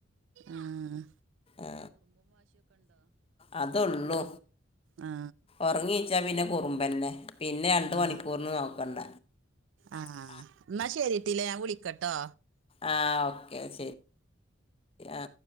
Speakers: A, on the right; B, on the left.
A: ആഹ്
B: ആ അതള്ളൂ
A: ആ
B: ഒറങ്ങി ച്ചാ പിന്നെ കുറുമ്പ്ന്നെ പിന്നെ രണ്ട്
A: ആ
B: മണിക്കൂറിന് നോക്കണ്ട
A: ആ എന്നാ ശരിട്ടില്ലേ ഞാൻ വിളിക്കട്ടോ
B: ആഹ് ഓക്കെ ശരി ആ